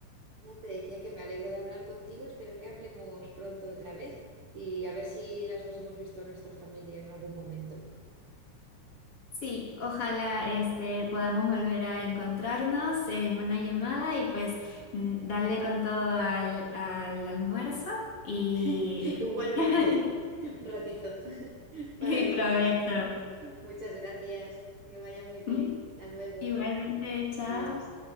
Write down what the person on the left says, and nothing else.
sí, ojalá este podamos volver a encontrarnos en una llamada y pues mm, darle con todo al, al almuerzo y,
<laughs>
y
provecho.
<laughs>
Igualmente, chao.